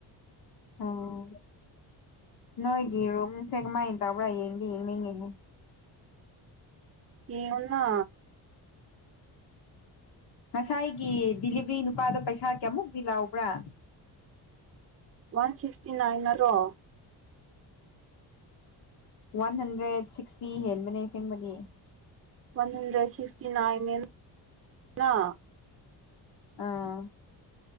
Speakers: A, on the left (about 60°); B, on the right (about 30°).
A: ꯑꯣ ꯅꯣꯏꯒꯤ ꯔꯨꯝꯁꯦ ꯀꯃꯥꯏꯅ ꯇꯧꯕ꯭ꯔꯥ ꯌꯦꯡꯗꯤ ꯌꯦꯡꯅꯤꯡꯉꯤꯍꯦ
B: ꯌꯦꯡꯉꯣꯅ
A: ꯉꯁꯥꯏꯒꯤ ꯗꯤꯂꯤꯚꯔꯤ ꯅꯨꯄꯥꯗꯣ ꯄꯩꯁꯥ ꯀꯌꯥꯃꯨꯛꯇꯤ ꯂꯥꯎꯕ꯭ꯔꯥ
B: ꯋꯥꯟ ꯐꯤꯚꯇꯤ ꯅꯥꯏꯟ ꯅꯠꯇ꯭ꯔꯣ
A: ꯋꯥꯟ ꯍꯟꯗ꯭ꯔꯦꯗ ꯁꯤꯛꯁꯇꯤ ꯍꯦꯟꯕꯅꯦ ꯑꯁꯦꯡꯕꯗꯤ
B: ꯋꯥꯟ ꯍꯟꯗ꯭ꯔꯦꯠ ꯁꯤꯛꯁꯇꯤ ꯅꯥꯏꯟ ꯅꯦꯅ
A: ꯑꯥ